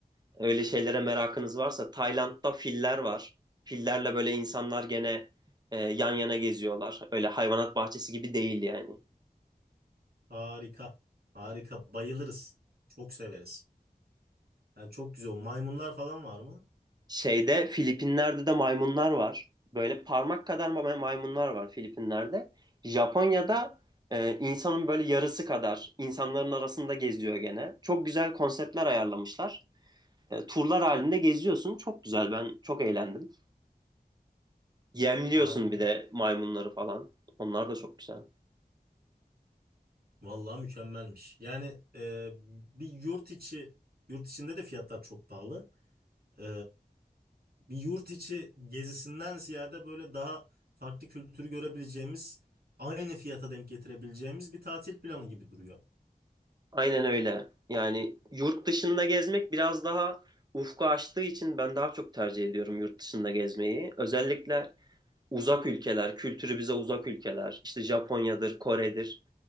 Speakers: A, on the right; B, on the right.
A: Öyle şeylere merakınız varsa Tayland'da filler var. Fillerle böyle insanlar gene e, yan yana geziyorlar. Öyle hayvanat bahçesi gibi değil yani.
B: Harika. Harika. Bayılırız. Çok severiz. Yani çok güzel. O Maymunlar falan var mı?
A: Şeyde Filipinler'de de maymunlar var. Böyle parmak kadar ma- maymunlar var Filipinler'de. Japonya'da e, insanın böyle yarısı kadar insanların arasında geziyor gene. Çok güzel konseptler ayarlamışlar. E, turlar halinde geziyorsun. Çok güzel ben çok eğlendim. Yemliyorsun
B: Harika.
A: bir de maymunları falan. Onlar da çok güzel.
B: Vallahi mükemmelmiş. Yani e, bir yurt içi yurt içinde de fiyatlar çok pahalı. Ee, bir yurt içi gezisinden ziyade böyle daha farklı kültürü görebileceğimiz, aynı fiyata denk getirebileceğimiz bir tatil planı gibi duruyor.
A: Aynen öyle. Yani yurt dışında gezmek biraz daha ufku açtığı için ben daha çok tercih ediyorum yurt dışında gezmeyi. Özellikle uzak ülkeler, kültürü bize uzak ülkeler, işte Japonya'dır, Kore'dir.